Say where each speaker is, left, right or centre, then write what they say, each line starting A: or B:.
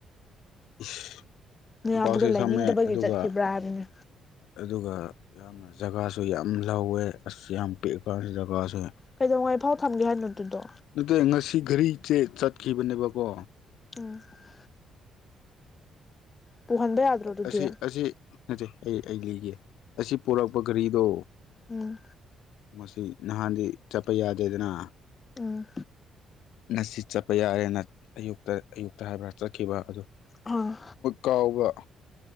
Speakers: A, on the left (about 80°); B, on the left (about 30°).
A: <unintelligible>
B: ꯅꯥꯌꯥꯝꯕꯗꯣ
A: ꯃꯣꯝꯄꯥꯛꯁꯨ
B: ꯂꯩꯅꯤꯡꯗꯕꯒꯤ
A: ꯊꯝꯃꯦ ꯑꯗꯨꯒ
B: ꯆꯠꯈꯤꯕ꯭ꯔꯥ ꯍꯥꯏꯕꯅꯤ
A: ꯑꯗꯨꯒ ꯌꯥꯝꯅ ꯖꯒꯥꯁꯨ ꯌꯥꯝ ꯂꯧꯋꯦ ꯑꯁ ꯌꯥꯝ ꯄꯤꯛꯄꯁꯤ ꯖꯒꯥꯁꯤ
B: ꯀꯩꯗꯧꯉꯥꯏꯐꯥꯎ ꯊꯝꯒꯦ ꯍꯥꯏꯕꯅꯣ ꯑꯗꯨꯗꯣ
A: ꯅꯠꯇꯦ ꯉꯁꯤ ꯘꯔꯤꯁꯦ ꯆꯠꯈꯤꯕꯅꯦꯕꯀꯣ
B: ꯎꯝ <unintelligible> ꯄꯨꯍꯟꯕ ꯌꯥꯗ꯭ꯔꯣ ꯑꯗꯨꯗꯤ
A: ꯑꯁꯤ ꯑꯁꯤ ꯅꯠꯇꯩ ꯑꯩ ꯑꯩ ꯂꯤꯒꯦ ꯑꯁꯤ ꯄꯨꯔꯛꯄ ꯒꯥꯔꯤꯗꯣ
B: ꯑ
A: ꯃꯁꯤ ꯅꯍꯥꯟꯗꯤ ꯆꯠꯄ ꯌꯥꯗꯦꯗꯅ
B: ꯎꯝ
A: ꯉꯁꯤ ꯆꯠꯄ ꯌꯥꯔꯦꯅ ꯑꯌꯨꯛꯇ ꯑꯌꯨꯛꯇ ꯍꯥꯏꯕ꯭ꯔꯥ ꯆꯠꯈꯤꯕ ꯑꯗꯨꯗꯣ
B: ꯍꯣꯏ
A: ꯀꯥꯎꯕ